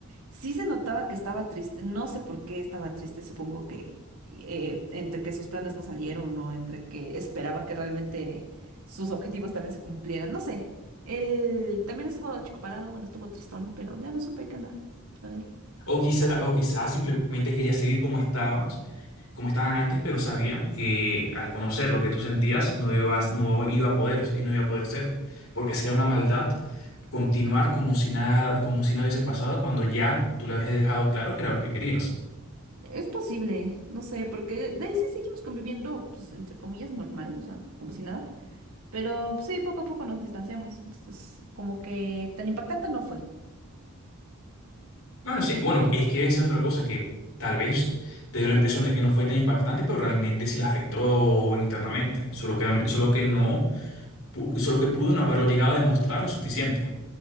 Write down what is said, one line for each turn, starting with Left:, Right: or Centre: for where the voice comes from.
Right: sí se notaba que estaba triste. No sé por qué estaba triste, supongo que eh, entre que sus planes no salieron o entre que esperaba que realmente sus objetivos también se cumplieran. No sé. Él también estuvo achicopalado, bueno, estuvo tristón, pero ya no supe qué anda con él.
Left: O quizá, o quizás simplemente quería seguir como estabas, como estaban antes, pero sabía que al conocer lo que tú sentías no ibas, no iba a poder y no iba a poder ser, porque sería una maldad continuar como si nada, como si nada hubiese pasado cuando ya tú le habías dejado claro que era lo que querías.
Right: Es posible, no sé, porque de ahí sí seguimos conviviendo, pues entre comillas, normal, o sea, como si nada. Pero sí, poco a poco nos distanciamos. Entonces, como que tan impactante no fue.
Left: Bueno, sí, bueno, es que esa es otra cosa que tal vez te dio la impresión de que no fue tan impactante, pero realmente sí la afectó internamente, solo que, solo que no, pu- solo que pudo no haberlo llegado a demostrar lo suficiente.